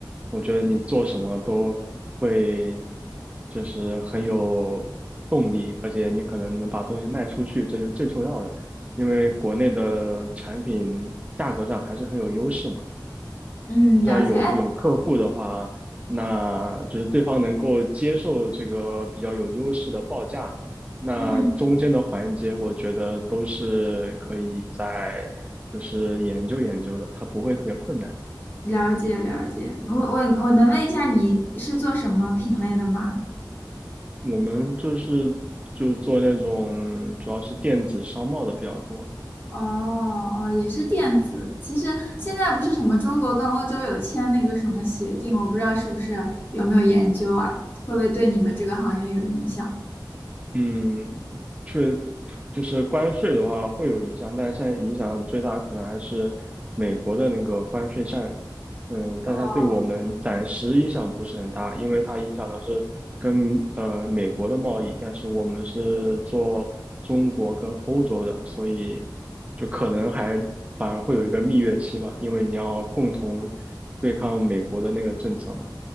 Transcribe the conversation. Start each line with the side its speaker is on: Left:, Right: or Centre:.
Right: 我觉得你做什么都会就是很有动力，而且你可能能把东西卖出去，这就是最重要的，因为国内的产品价格上还是很有优势嘛。
Left: 嗯，
Right: 只要有有客户的话，
Left: 了解，哎，
Right: 那就是对方能够接受这个比较有优势的报价，那中间的环节，
Left: 嗯，
Right: 我觉得都是可以在就是研究研究的，它不会特别困难。
Left: 了解了解，我我我能问一下你是做什么品类的吗？
Right: 我们就是就做那种主要是电子商贸的比较多。
Left: 哦哦，也是电子。其实现在不是什么中国跟欧洲有签那个什么协定，我不知道是不是有没有研究啊，会不会对你们这个行业有影响？
Right: 嗯，确就是关税的话会有影响，但现在影响最大可能还是美国的那个关税战。嗯，但它对我们暂时影响不是很大，
Left: 哦。
Right: 因为它影响的是跟呃美国的贸易，但是我们是做中国跟欧洲的，所以就可能还反而会有一个蜜月期吧，因为你要共同对抗美国的那个政策嘛。